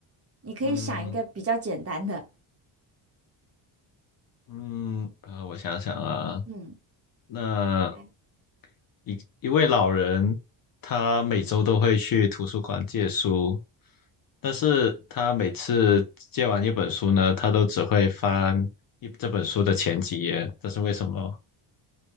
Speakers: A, on the right; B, on the left.
A: 你可以想一个比较简单的。
B: <laughs> 嗯嗯，呃，我想想啊，
A: 嗯，
B: 那
A: 哎，
B: 一一位老人，他每周都会去图书馆借书，但是他每次借完一本书呢，他都只会翻一这本书的前几页，这是为什么？